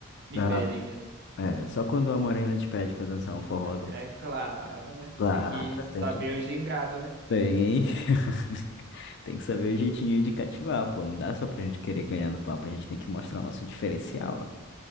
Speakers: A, on the right; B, on the left.
A: me
B: Ah,
A: pedem mesmo.
B: é, só quando a morena te pede pra dançar um forró, daí
A: É
B: tu...
A: claro, né?
B: Claro,
A: Tem que saber
B: tem que...
A: o gingado, né?
B: Tem. <laughs> Tem que saber o jeitinho de cativar, pô. Não dá só pra gente querer ganhar no papo, a gente tem que mostrar o nosso diferencial.